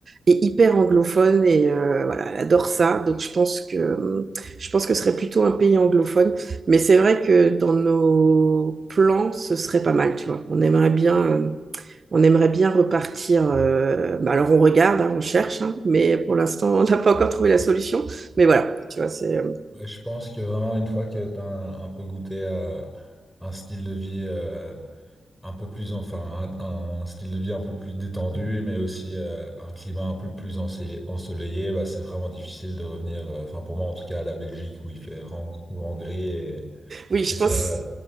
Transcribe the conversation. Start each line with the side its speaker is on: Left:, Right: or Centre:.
Right: est hyper anglophone et euh, voilà, elle adore ça. Donc, je pense que euh, je pense que ce serait plutôt un pays anglophone. Mais c'est vrai que dans nos plans, ce serait pas mal. Tu vois, on aimerait bien. euh, on aimerait bien repartir. euh, bah alors on regarde, hein, on cherche, hein, mais pour l'instant on n'a pas encore trouvé la
Centre: Mais-
Right: solution. Mais voilà, tu vois, c'est euh,
Centre: mais je pense que vraiment, une fois que tu as un, un peu goûté à un style de vie euh, un peu plus, enfin, un, un style de vie un peu plus détendu, mais aussi euh, un climat un peu plus ensele- ensoleillé, bah, c'est vraiment difficile de revenir, euh, enfin, pour moi en tout cas, à la Belgique où il fait vraiment souvent gris. Et,
Right: oui, je
Centre: et c'est,
Right: pense.
Centre: euh,